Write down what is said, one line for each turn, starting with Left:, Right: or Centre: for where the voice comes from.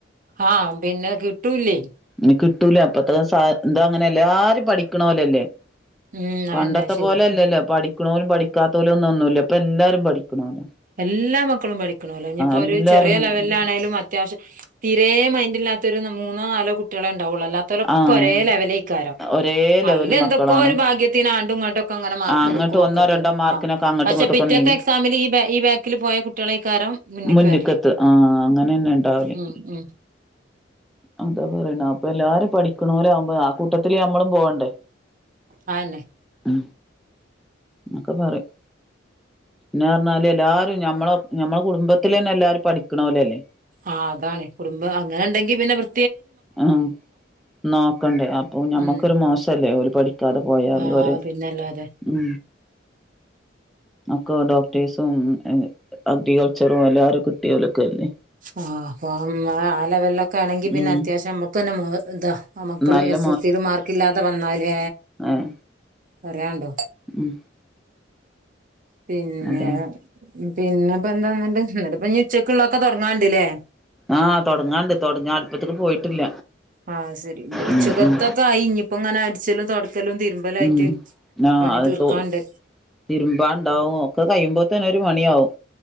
Right: ആഹ പിന്നെ കിട്ടൂല്ലേ
Centre: ഇ കിട്ടൂല അപ്പത്ത എന്താ അങ്ങനെയല്ലേ ആരും പഠിക്കണലല്ലേ
Right: ഉം
Centre: പണ്ടത്തെ
Right: അന്നെ ശരി
Centre: പോലെല്ലല്ലോ പഠിക്കണലും പഠിക്കാത്ത പോലും ഒന്നും ഒന്നുമല്ല ഇപ്പൊ എല്ലാരും പഠിക്കണലോ
Right: എല്ലാ മക്കളും പഠിക്കണല്ലോ ഇനിയിപ്പോൊ
Centre: എല്ലാരും
Right: ഒരു ചെറിയ ലെവലിലാണേലും അത്യാവശ്യം തീരെേ മൈൻഡ് ഇില്ലാത്ത ഒരു മൂന്നോ നാലോ കുട്ടികളെ ഉണ്ടാവുള്ളൂ അല്ലാത്ത <inaudible>
Centre: ആഹ്
Right: ഒരെലെവലേ കാരോ
Centre: ഒരേ ലെവല്
Right: അയിൽ എന്തൊക്കോ
Centre: മക്കളാണ്
Right: ഒരു ഭാഗ്യത്തിന്ാണ്ടും ഇങ്ങോട്ടക്ക അങ്ങനെ മാർക്ക്
Centre: ആ അങ്ങോട്ട്
Right: നക്കും മക്കൾക്ക്
Centre: ഒന്നോ രണ്ടോ മാർക്കിനൊക്കെ
Right: ആ
Centre: അങ്ങോട്ടും
Right: പക്ഷെ
Centre: ഇങ്ങോട്ടൊക്കെ
Right: പിറ്റേത്തെ
Centre: നീങ്ങും
Right: എക്സാമിൽ ഈ ഈ ബാക്കിൽ പോയ കുട്ടികളെക്കാരം മുന്നക്ക്
Centre: മുന്നിക്കത്ത്
Right: വരല്ലേ
Centre: ആഹ് അങ്ങനെന്നെ ഉണ്ടാവല്
Right: ഉ ഉ
Centre: അതാ പറയണ അപ്പൊ എല്ലാരും പഠിക്കണോരവുമ്പോ ആ കുട്ട ട്ടത്തില് നമ്മളും പോവണ്ടേ
Right: അതന്നെ
Centre: ഉ എന്നൊക്കെ പറയും പിന്നെ പറഞ്ഞാല് എല്ലാരും മ്മളെ നമ്മെ കുടുംബത്തി തന്നെ എല്ലാരും പഠിക്കണല്ലേ അല്ലേ
Right: ആഹ് അതാണ് കുടുംബം അങ്ങനെ ഉണ്ടെങ്കി പിന്നെ വൃ
Centre: ആ നോക്കണ്ടേ അപ്പൊ ഞമ്മക്കൊരു
Right: ഉം
Centre: മോശല്ലേ ഒരു പഠ ക്കാതെ പോയാല്
Right: ആഹ്
Centre: ഒര്
Right: പിന്നല്ലാതെ
Centre: ഉ അക്കൊ ഡോക്ടേഴ്സും അഗ്രികൾച്ചറും എല്ലാരും കിട്ടിയലൊക്കെല്ലേ
Right: ആഹ അപ്പം ആ ലെവലൊക്കെ ആണെങ്കി പിന്നെ
Centre: ഉം
Right: അത്യാവശ്യം നമ്മുക്ക് തന്നെ ഇതാ ആ മക്കള്
Centre: നല്ല
Right: എസ് എൽ സൽ മാർക്ക് ഇല്ലാതെ വന്നാല്
Centre: ആഏ
Right: പറയണ്ടോ
Centre: ഉം
Right: പിന്നെ
Centre: അതെ
Right: പിന്നെ ഇപ്പ എന്താന്ന് എന്നിട്ടപ്പ ഉച്ചക്കുള്ളള്ളൊക്കെ തുടങ്ങാണ്ടല്ലേ
Centre: ആഹ് തുടങ്ങാണ്ട് തുട <unintelligible> അല്പ്പത്തേക്ക് പോയിട്ടില്ല
Right: ആഹ് ശരിന്റെ ഉച്ചക്കത്തൊക്കെ
Centre: ഉം ഉം
Right: ആയി ഇയിപ്പോ ഇങ്ങനെ അടിച്ചല്ലും തു ക്കല്ലും തിരുമ്പലായിട്ട്
Centre: ഉം ആ
Right: പണി
Centre: അത്
Right: തീർക്കാണ്ട്
Centre: തോ തിരുമ്പാണ്ടാവും ഒക്കെ കഴിയുമ്പോത്തേന്നെ ഒരു മണിയാവും